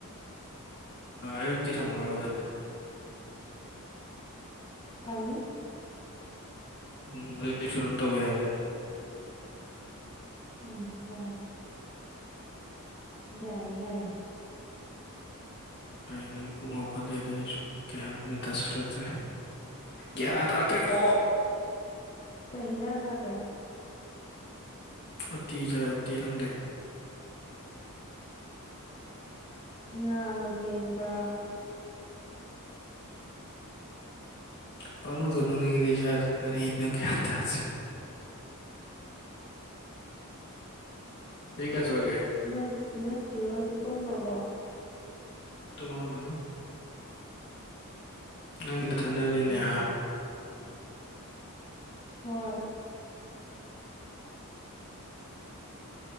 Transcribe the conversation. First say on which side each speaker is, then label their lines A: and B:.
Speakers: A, on the left (about 50°); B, on the left (about 30°).
A: ꯑꯌꯨꯛꯇꯤ ꯁꯪꯃꯨꯔꯕ ꯑꯗꯨꯗꯤ
B: ꯁꯥꯎꯅꯤ
A: ꯎꯝ ꯑꯗꯨ ꯑꯩꯁꯨ ꯑꯗꯨꯝ ꯇꯧꯒꯦ ꯍꯥꯏꯅꯦ
B: ꯎꯝ ꯌꯥꯏ ꯌꯥꯏꯌꯦ ꯌꯥꯏ
A: ꯀꯩꯔ ꯀꯨꯡ ꯈꯠꯂꯦꯗ ꯑꯩꯁꯨ ꯀꯌꯥꯃꯦ ꯇꯥꯁꯤꯜꯂꯛꯇ꯭ꯔꯦ ꯌꯥ ꯇꯔꯀꯔꯤ ꯀꯣ
B: ꯀꯩ ꯍꯤꯟꯖꯥꯡ ꯖꯥꯒꯦ
A: ꯎꯠꯇꯤ ꯆꯥꯏ ꯎꯠꯇꯤ ꯂꯪꯗꯤ
B: ꯉꯥ ꯒꯦꯟꯒ
A: ꯄꯡꯅꯣꯛꯇ ꯅꯣꯛꯅꯤꯡꯉꯦ ꯏꯁꯥꯖꯦ ꯀꯔꯤꯅꯣ ꯒ꯭ꯌꯥꯟ ꯊꯥꯗꯦ ꯆꯍꯤ ꯒ꯭ꯌꯥ ꯁꯨꯔꯒꯦ
B: ꯅꯣꯏ ꯅꯣꯏꯠꯇ꯭ꯔꯤ ꯍꯣꯏꯗꯤ ꯇꯨꯝꯈ꯭ꯔꯕꯣ
A: ꯇꯃꯝ ꯃꯅꯦ ꯅꯪꯒꯤ ꯅꯊꯟꯗꯅꯤꯅꯦ
B: ꯎꯝ
A: ꯍꯥ
B: ꯍꯣꯏ <unintelligible>